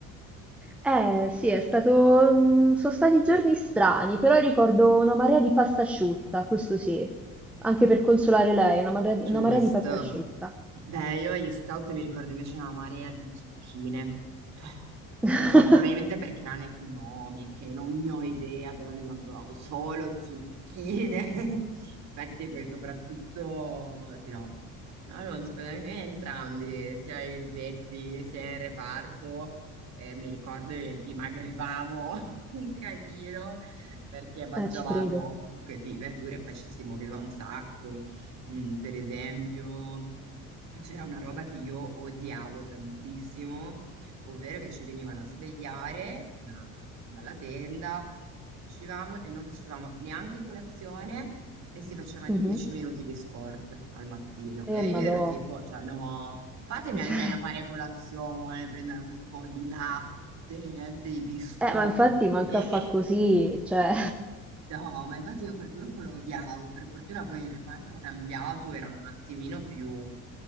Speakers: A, in the centre; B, on the right (about 55°).
A: Eh sì, è stato... mm, sono stati giorni strani, però ricordo una marea di pasta asciutta, questo sì, anche per consolare lei, una marea
B: Giusto.
A: di, una marea di pasta asciutta.
B: Beh, io agli scout mi ricordo invece una marea di zucchine. Cioè,
A: <laughs>
B: non so, probabilmente perché erano economiche, non ne ho idea, però ne mangiavamo solo zucchine. <laughs> Infatti poi soprattutto, sì no, no, non so, per- eh, entrambi, sia i lupetti sia il reparto, eh, mi ricordo che dimagrivamo <laughs> un casino perché mangiavamo
A: Eh, ci credo.
B: comunque sì, verdure e poi ci si muoveva un sacco. Mm, per esempio, c'era una roba che io odiavo tantissimo, ovvero che ci venivano a svegliare na- dalla tenda, uscivamo e non facevamo neanche colazione e si facevano
A: Mhm.
B: i dieci minuti di sport al mattino.
A: Eh,
B: E
A: madò.
B: io ero tipo, cioè no, fatemi
A: <laughs>
B: almeno
A: Cioè,
B: fare colazione, prendere un po' di latte, eh, dei biscotti.
A: Eh, ma infatti manca
B: <laughs>
A: a fa così, cioè...
B: No, ma infatti io quel gruppo lo odiavo, per fortuna poi in reparto ho cambiato, erano un attimino più